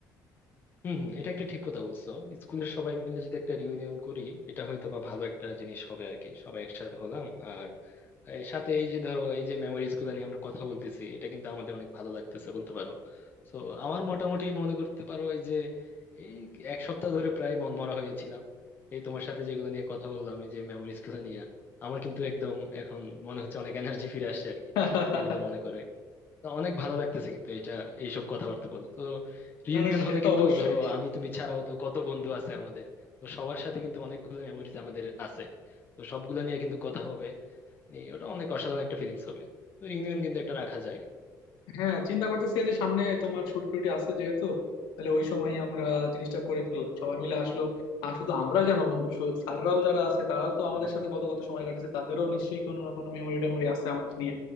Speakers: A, on the left; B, on the left.
A: হুম হুম, এটা একটা ঠিক কথা বলছো স্কুলের সবাই মিলে যদি একটা রিউনিয়ন করি এটা হয়তো বা ভালো একটা জিনিস হবে আর কি সবাই একসাথে হলাম আর এর সাথে এই যে ধরো এই যে মেমোরিজ গুলো নিয়ে আমরা কথা বলতেছি এটা কিন্তু আমাদের অনেক ভালো লাগতেছে বলতে পারো তো আমার মোটামুটি মনে করতে পারো এই যে এই এক সপ্তাহ ধরে প্রায় মনমরা হয়েছিলাম এই তোমার সাথে যেগুলো নিয়ে কথা বললাম এই যে মেমোরিজ গুলো নিয়ে আমার কিন্তু একদম এখন মনে হচ্ছে অনেক এনার্জি ফিরে আসছে আর কি
B: <laughs>
A: এগুলো মনে করে তো অনেক ভালো লাগতেছে কিন্তু এটা এইসব কথাবার্তা বলে তো রিউনিয়ন
B: না না সে
A: হলে
B: তো
A: কিন্তু
B: অবশ্যই
A: ধরো আমি তুমি ছাড়াও তো কত বন্ধু আছে আমাদের তো সবার সাথে কিন্তু অনেকগুলো মেমোরিজ আমাদের আছে তো সবগুলো নিয়ে কিন্তু কথা হবে এই ওটা অনেক অসাধারণ একটা ফিলিংস হবে তো রিউনিয়ন কিন্তু একটা রাখা যায়
B: হ্যাঁ চিন্তা করতেছি এই যে সামনে তোমার ছুটি টুটি আছে যেহেতু তাহলে ওই সময় আমরা জিনিসটা করে ফেললাম সবাই মিলে আসলো আর শুধু আমরা কেন বন্ধু শু- স্যাররাও যারা আছে তারাও তো আমাদের
A: হুম
B: সাথে
A: হুম
B: কত কত সময় কাটেছে তাদেরও নিশ্চয়ই কোনো না কোনো মেমোরি টেমোরি আছে আমাদের নিয়ে